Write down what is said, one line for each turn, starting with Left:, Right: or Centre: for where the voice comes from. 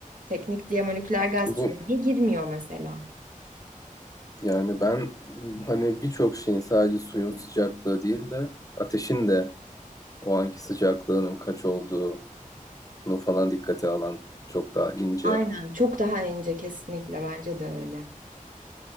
Right: teknik diye moleküler gastronomiye
Left: Bu
Right: girmiyor mesela.
Left: yani ben hani birçok şeyin sadece suyun sıcaklığı değil de ateşin de o anki sıcaklığının kaç olduğunu falan dikkate alan çok daha ince.
Right: Aynen çok daha ince kesinlikle bence de öyle.